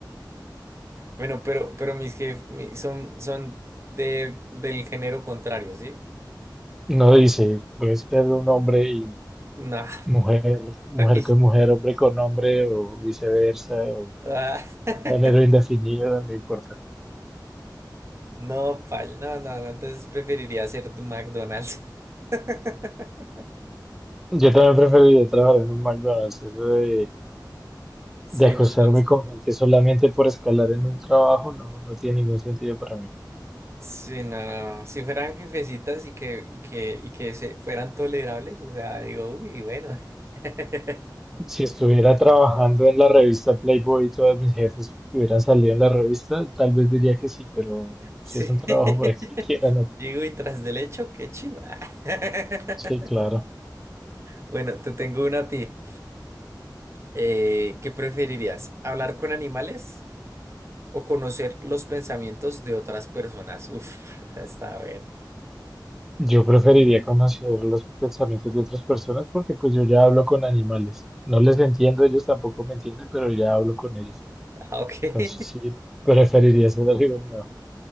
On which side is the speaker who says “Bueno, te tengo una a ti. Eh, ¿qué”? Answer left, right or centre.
Right